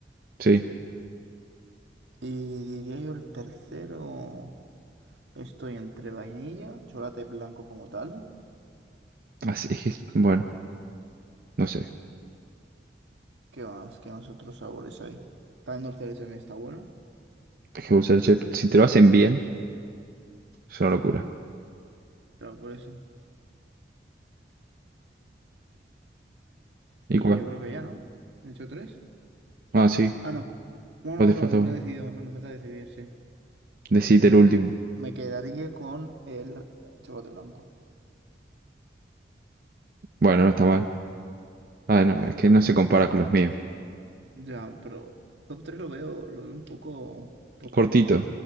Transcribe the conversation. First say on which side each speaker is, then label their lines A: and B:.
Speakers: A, on the right; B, on the right.
A: sí.
B: Y diría yo el tercero, estoy entre vainilla, chocolate blanco como tal,
A: Así es que, es- bueno, no sé.
B: ¿qué más? ¿Qué más otros sabores hay? También dulce de leche también está bueno,
A: Es que usar el chat- Si te lo hacen bien, es una locura.
B: claro, por eso.
A: Igual.
B: Y yo creo que ya, ¿no? he hecho tres?
A: Ah, sí.
B: Ah, no. Bueno,
A: Vos te
B: bro,
A: falta
B: no
A: uno.
B: he decidido, me fa- me falta decidir, sí.
A: Decite
B: Creo
A: el último.
B: que me quedaría con el chocolate blanco.
A: Bueno, no está mal. Ah, no, es que no se compara con los míos.
B: Ya, pero top 3 lo veo, lo veo un poco, poco
A: Cortito.